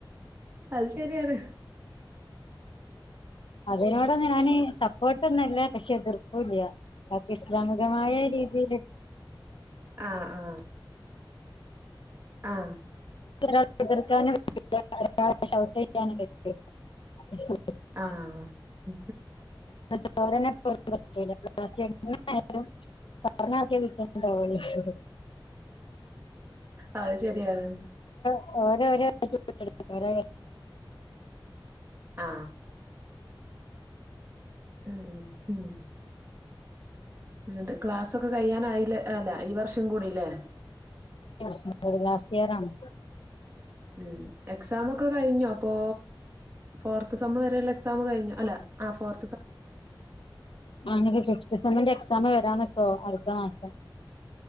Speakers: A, on the right; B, on the left.
A: അത് ശെരിയാണ്
B: അതിനോട് ഞാന് സപ്പോർട്ടെന്നുല്ല പക്ഷെ എതിർപ്പുള്ള ഇസ്ലാമികമായ രീതിൽ
A: ആ ആ ആ
B: ഒ എതിർക്കാനും പറ്റ ഒൗ ചെയ്യാനും പറ്റയി <unintelligible>
A: ആ ഉ
B: <unintelligible>
A: ആ അ ശരിയാണ്
B: ഓരോ രോഓര
A: ആ ആ ഹം എന്നിട്ട് ക്ലാസക്കെ കഴ്യാനായില്ല അല്ല ഈ വർഷം കൂടില്ലേ
B: വർഷം ലാസ്റ്റ് ഇയറാണ്
A: ഉം എക്സാം ഒക്കെ കഴിഞ്ഞു അപ്പോ ഫോർത്ത് സമ്മ വരെയുള്ള എക്സാം കഴിഞ്ഞു അല്ല ഫോർ
B: അനെ ഫിഫ്ത് സെമ്മ്ന്റെ എക്സാം എഴുതാൻ നിക്ക ത്ത അടുത്ത മാസം